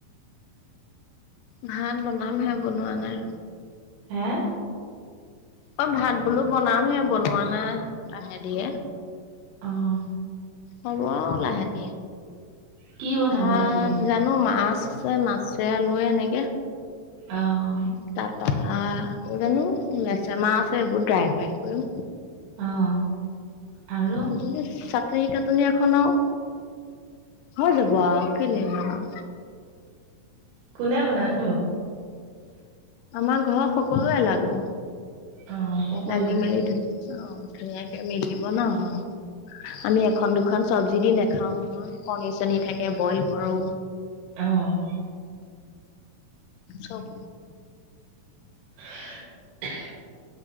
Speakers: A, on the left (about 80°); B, on the right (about 80°).
A: ভাত বনামহে বনোৱা নাই।
B: হে,,,,।
A: অঁ ভাত বোলো বনাম হে বনোৱা নাই লাহে ধীয়ে।
B: অঁ'
A: হ'ব আৰু লাহে ধিয়ে
B: কি বনাব
A: ভাত
B: আজি?
A: জাত- নো মাছ আছে মাছে আলুৱে এনেকে।
B: অঁ'
A: তাপা আকৌ জানো লেছামা আছে এইবোৰ ড্ৰাই ফ্ৰাই কৰিম।
B: অ', আৰু?
A: তুমি নো চাত- টোনিয়াখন আৰু হৈ যাব আৰু কিনিলম আও।
B: কোনে বনাব।
A: আমা ঘৰৰ সকলোৱে লাগো।
B: অ', সকলোৱে।
A: লাগি মেলি ধু অঁ ধুনীয়াকে মিলিব ন অঁ'। আমি এখন দুখন চবজি দি নাখাও নহয় কণী চনি থাকে বইল কৰো।
B: অঁহ'।
A: চব-
B: <inaudible>